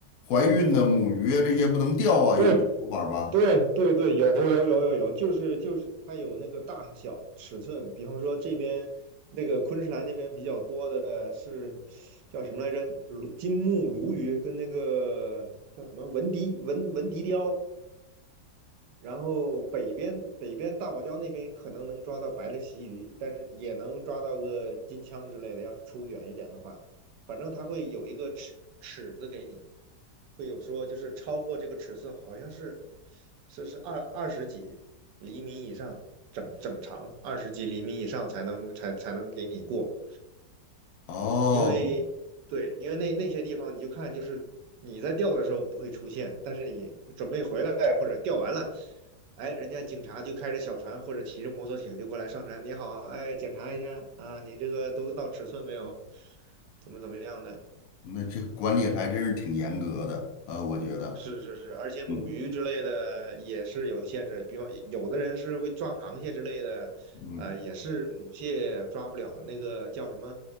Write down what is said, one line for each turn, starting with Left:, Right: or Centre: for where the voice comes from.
Left: 怀孕的母鱼啊这些不能钓啊，
Right: 对，
Left: 有这种说法吧？
Right: 对对对，有有有有有，就是就是它有那个大小尺寸，比方说这边那个昆士兰那边比较多的是叫什么来着？鲈金目鲈鱼跟那个叫什么文迪文文迪雕。然后北边北边大堡礁那边可能能抓到白的旗鱼，但是也能抓到个金枪之类的。要是出远一点的话，反正它会有一个尺尺子给你，会有说就是超过这个尺寸，好像是是是二二十几厘米以上，整整长二十几厘米以上才能才才能给你过。
Left: 哦。
Right: 因为对，因为那那些地方你就看，就是你在钓的时候不会出现，但是你准备回来或者钓完了，哎，人家警察就开着小船或者骑着摩托艇就过来上船，你好，哎，检查一下啊，你这个都到尺寸没有，怎么怎么样的，
Left: 那这管理还真是挺严格的，呃，我觉得，
Right: 是是是，而且母鱼之类的也是有限制，
Left: 嗯
Right: 比方有的人是会抓螃蟹之类的，
Left: 嗯，
Right: 呃，也是母蟹抓不了，那个叫什么？